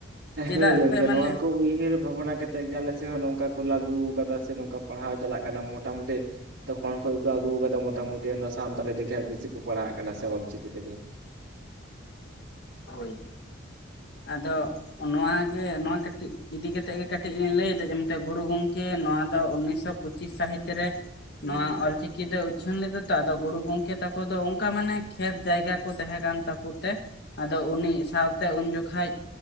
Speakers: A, on the left; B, on the right.
A: ᱪᱮᱫᱟᱜ
B: ᱦᱳᱭ ᱜᱚᱝᱠᱮ
A: ᱥᱮ ᱢᱟᱱᱮ
B: ᱱᱚᱣᱟ ᱠᱚ ᱩᱭᱦᱟᱹᱨ ᱵᱷᱟᱵᱱᱟ ᱠᱟᱛᱮᱫ ᱛᱮᱜᱮ ᱟᱞᱮ ᱥᱮᱮᱫ ᱦᱚᱸ ᱱᱚᱝᱠᱟ ᱠᱚ ᱞᱟᱹᱜᱟᱜᱩ ᱠᱟᱫᱟ ᱥᱮ ᱱᱚᱝᱠᱟ ᱯᱟᱲᱦᱟᱣ ᱪᱟᱞᱟᱜ ᱠᱟᱱᱟ ᱢᱚᱴᱟᱢᱩᱴᱤ ᱛᱚᱠᱷᱚᱱ ᱠᱷᱚᱡ ᱠᱚ ᱟᱹᱜᱩ ᱟᱠᱟᱫᱟ ᱢᱚᱴᱟᱢᱩᱴᱤ ᱚᱱᱟ ᱥᱟᱱᱛᱟᱞᱤ ᱛᱮᱜᱮ ᱵᱤᱥᱤ ᱠᱚ ᱯᱟᱲᱦᱟᱜ ᱠᱟᱱᱟ ᱥᱮ ᱚᱞ ᱪᱤᱠᱤ ᱛᱮᱜᱮ
A: ᱦᱳᱭ ᱟᱫᱚ ᱱᱚᱣᱟ ᱜᱮ ᱱᱚᱣᱟ ᱠᱟᱹᱴᱤᱡ ᱤᱫᱤ ᱠᱟᱛᱮᱜ ᱜᱮ ᱠᱟᱹᱴᱤᱡ ᱞᱤᱧ ᱞᱟᱹᱭᱫᱟ ᱡᱮ ᱜᱩᱨᱩ ᱜᱚᱝᱠᱮ ᱱᱚᱣᱟ ᱫᱚ ᱩᱱᱤᱥᱥᱚ ᱯᱩᱪᱤᱛ ᱥᱟᱹᱦᱤᱛ ᱨᱮ ᱱᱚᱣᱟ ᱚᱞᱪᱤᱠᱤ ᱫᱚ ᱩᱪᱷᱟᱹᱱ ᱞᱮᱫᱟ ᱛᱚ ᱟᱫᱚ ᱜᱩᱨᱩ ᱜᱚᱝᱠᱮ ᱛᱟᱠᱚ ᱫᱚ ᱚᱱᱠᱟ ᱢᱟᱱᱮ ᱠᱷᱮᱛ ᱡᱟᱭᱜᱟ ᱛᱟᱦᱮᱸ ᱠᱟᱱ ᱛᱟᱠᱚ ᱛᱮ ᱟᱫᱚ ᱩᱱᱤ ᱥᱟᱶᱛᱮ ᱩᱱ ᱡᱚᱠᱷᱟᱱ